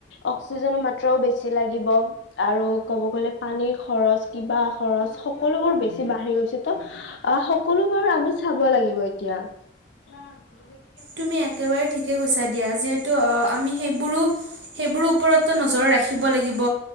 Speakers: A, on the left; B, on the right.
A: অক্সিজনৰ মাত্ৰাও বেছি লাগিব আৰু ক'ব গলে পানীৰ খৰচ কিবা খৰচ সকলোবোৰ বেছি বাঢ়ি গৈছে ত' আহ সকলোবোৰ আমি চাব লাগিব এতিয়া। অ
B: তুমি একেবাৰেই ঠিকে কৈছা দিয়া যিহেতু আমি সেইবোৰো সেইবোৰ ওপৰত নজৰ ৰাখিব লাগিব